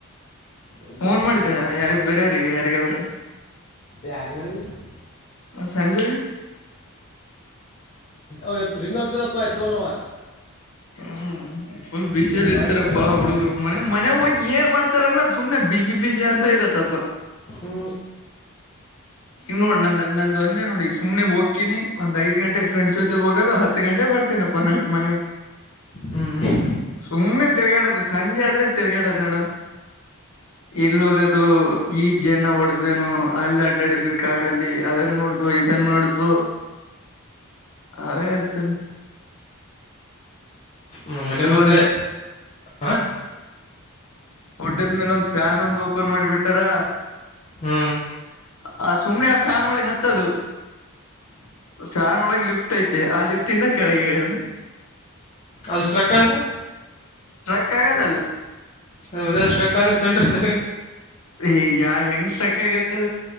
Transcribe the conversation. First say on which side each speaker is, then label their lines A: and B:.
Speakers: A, on the left; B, on the left.
A: ಮತ್ತೆ
B: ಫೋನ್
A: ಏನಿಲ್ಲ
B: ಮಾಡಿದ್ದೆ
A: ನೋಡಪ್ಪ
B: ಯಾರಿಗ್ ಬೇರೆಯವ್ರಿಗೆ ಯಾರಿಗಾದ್ರರು
A: ಯಾರಿಗೆ ಮಾಡಿಲ್ಲ ಸರ್
B: ಸಂಜು
A: ಅವತ್ತ್ ರಿಂಗ್ ಆಗ್ತದಪ್ಪ ಎತ್ತವಲ್ಲವ
B: ಹ್ಮ ಫುಲ್ ಬ್ಯುಸಿಯಲ್ಲಿ
A: ನೀನು
B: ಇಡ್ತಾರಪ್ಪಾ
A: ಮಾಡಿದ ಮ್ಯಾಗ ಅವ್ನಿಗೆ
B: ಹುಡುಗರು
A: ಮಾಡಿದ್ದೆ
B: ಮನೆ ಮನೆ
A: ಅವ್ರು
B: ಹೋಗಿ ಏನ್ ಮಾಡ್ತಾರನ್ನ ಸುಮ್ಮ್ನೆ ಬ್ಯುಸಿ ಬ್ಯುಸಿ ಅಂತ ಇರತ್ತಪ್ಪ
A: ಹ್ಮ
B: ನೀವ ನೋಡ ನ ನಂದ ಒಂದೇ ನೋಡ ಸುಮ್ಮನೆ ಹೋಕ್ಕಿನಿ ಒಂದ್ಐದ್ ಗಂಟೆ ಫ್ರೆಂಡ್ಸ್ ಜೊತೆ ಹೋಗೋದು ಹತ್ ಹತ್ತು ಗಂಟೆ ಬರ್ತೀನಪ್ಪ ನೈಟ್ ಮನೆಗೆ
A: ಹ್ಞೂ
B: ಸುಮ್ನೆ ತಿರ್ಗಾಡದು ಸಂಜೆ ಆದ್ರೆ ತಿರ್ಗಾಡದ್ ನೋಡು ಎಲ್ಲಿ ಹೋಗದು ಈ ಜನ ಹೊಡೆದ್ವೇನು ಅಲ್ಲಿ ಕಡಿದ್ವಿ ಕಾಡಲ್ಲಿ ಅದನ್ನ ನೋಡಿದ್ವು ಇದನ್ನು ನೋಡಿದ್ವು ಅವೇ ಅಡ್ತ
A: ಮು ಮನಿಬದ್ರೆ
B: ಒಂದ್
A: ಹ
B: ಉಡ್ಡದ್ಮೇಲೆ ಒಂದ್ ಫ್ಯಾನ್ ಒಂದ್ ಓಪನ್ ಮಾಡಿಬಿಟ್ಟಾರ
A: ಹ್ಮ
B: ಆ ಸುಮ್ನೆ ಆ ಫ್ಯಾನ್ ಒಳಗೆ ಹತ್ತದು ಫ್ಯಾನ್ ಒಳಗ ಲಿಫ್ಟ ಲಿಫ್ಟ್ ಐತೆ ಆ ಲಿಫ್ಟ್ ಇಂದ ಕೆಳಗೆ ಇಳೆದ
A: ಅದು ಸ್ಟ್ರಕ್ ಆದರೆೆ
B: ತೆಗೆದಾಕೋದು
A: ಅದ ಒಂದ ಸ್ಟ್ರಕ್ ಆದ್ರೆ ಸಣ್ಣದ
B: ಈ ಎಂಗ್ ಸ್ಟ್ರಕ್ ಆಗಿತ್ತು